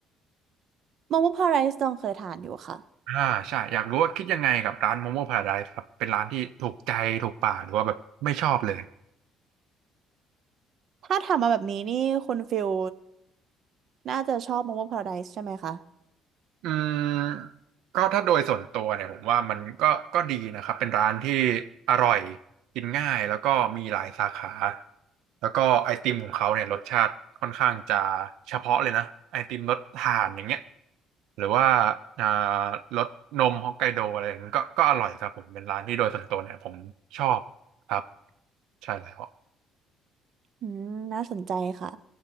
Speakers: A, on the right; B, on the right.
A: โมโมพาราไดซ์ตองเคยทานอยู่ค่ะ
B: อ่าใช่อยากรู้ว่าคิดยังไงกับร้านโมโม่พาราไดซ์ครับเป็นร้านที่ถูกใจถูกปากหรือว่าแบบไม่ชอบเลย
A: ถ้าทำมมาแบบนี้นี่คุณฟิลน่าจะชอบโมโมพาราไดซ์ใช่ไหมคะ
B: อืมก็ถ้าโดยส่วนตัวเนี่ยผมว่ามันก็ก็ดีนะครับเป็นร้านที่อร่อยกินง่ายแล้วก็มีหลายสาขาแล้วก็ไอติมของเขาเนี่ยรสชาติค่อนข้างจะเฉพาะเลยนะไอติมรสถ่านอย่างเงี้ยหรือว่าอ่ารสนมฮอกไกโดอะไรอย่างเงี้ยก็ก็อร่อยครับผมเป็นร้านที่โดยส่วนตัวเนี่ยผมชอบครับใช่แล้ว
A: อืมน่าสนใจค่ะ